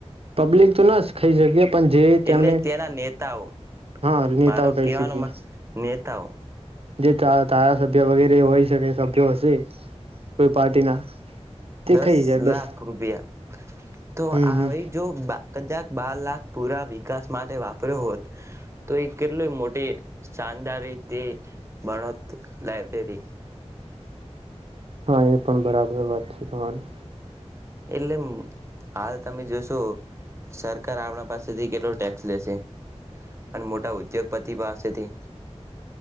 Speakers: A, on the right; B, on the right.
A: પબ્લિક તો ના ખાઈ શકીએ પણ જે તેમને
B: એટલે તેના નેતાઓ
A: હા નેતાઓ
B: મારો
A: કહી
B: કહેવાનો
A: શીખી
B: નેતાઓ
A: જે ધારાસભ્ય વગેરે હોય શકે સભ્ય હશે કોઈ પાર્ટીના તે
B: દસ
A: ખાઈ જાય
B: લાખ
A: બસ
B: રૂપિયા તો
A: હમ
B: આવી
A: હમ
B: જો કજાક બાર લાખ પૂરા વિકાસ માટે વાપર્યો હોત તો એ કેટલી મોટી શાનદાર રીતે ભારત લાયબ્રેરી
A: હા એ પણ બરાબર વાત છે તમારી
B: એટલે આ, તમે જોશો, સરકાર આપણા પાસેથી કેટલો ટેક્સ લેશે અને મોટા ઉદ્યોગપતિ પાસેથી.